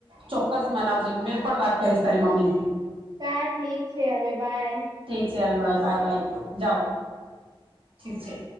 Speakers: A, on the right; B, on the right.
A: ચોક્કસ મનાવજે મેં પણ વાત કરીશ તારી મમ્મીથી.
B: તાર ઠીક છે હવે બાય.
A: ચલ ભાઈ બાય બાય. જાઓ. ઠીક છે.